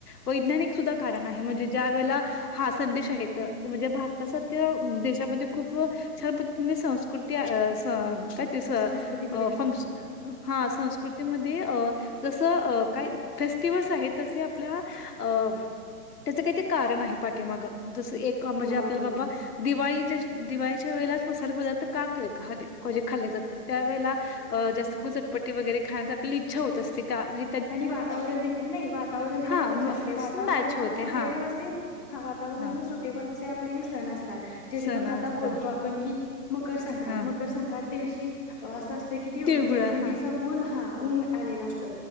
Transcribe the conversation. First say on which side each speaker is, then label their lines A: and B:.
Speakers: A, on the left (about 75°); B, on the left (about 25°).
A: वैज्ञानिक सुद्धा कारण आहे. म्हणजे ज्या वेळेला हा संदेश आहे. म्हणजे भारतासारख्या देशामध्ये खूप छान पद्धतीने संस्कृती अ स काय? तेस
B: संस्कृतीमध्ये हा
A: फंक्श हा संस् कृतीमध्ये अ जसं अ काय फेस्टिवल्स आहेत तसे आपल्या अ त्याच काही ते कारण आहे पाठीमाग एक का म्हणजे
B: हो
A: आपल्याला
B: अगदी
A: बाबा दिवाळी दिवाळीच्या वेळेलाच मसाले पदार्थ का केले खाले म्हणजे खाल्ले जातात त्यावेला जास्त <unintelligible> वगैरे खाण्या आपल्याला इच्छा होत असते का मजि
B: आणि वातावरण देखील नाही वातावरण देखील
A: हा
B: तसे
A: मॅच
B: असते वातावरणला
A: होते
B: सुटेबल
A: हा
B: असे हा वातावरणाला
A: हा
B: सुटेबल असे आप आपले हे सण असतात. जेणेकरून
A: सण असता
B: आता बोलतो आपण कि मकरसंक्रांत
A: हा
B: - मकरसंक्रांत दिवशी असं असतं की ती
A: तिळगुळ
B: म्हणजे थंडी
A: हा
B: संपून ह ऊन आलेलं असतं.